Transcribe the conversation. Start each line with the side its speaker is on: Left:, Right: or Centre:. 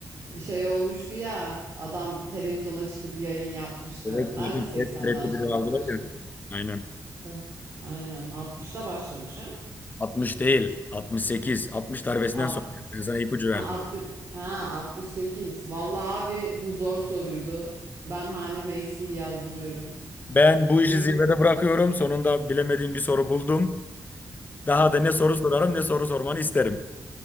Right: şey olmuştu ya adam televizyona çıkıp yayın yapmıştı.
Left: Evet
Right: Nerede
Left: dedim.
Right: 80'den
Left: Hep TRT
Right: sonra
Left: biri aldılar
Right: başlıyor?
Left: ya. Aynen.
Right: Ta- Aynen 60'ta başlamış ha?
Left: 60 değil. 68. 60 darbesinden
Right: Alt-
Left: sonra. Ben sana ipucu verdim.
Right: ha 60 ha 68. Vallahi abi bu zor soruydu. Ben haneme eksiği yazdırıyorum.
Left: Ben bu işi
Right: İyi
Left: zirvede
Right: gün.
Left: bırakıyorum. Sonunda bilemediğim bir soru buldum. Daha da ne soru sorarım ne soru sormanı isterim.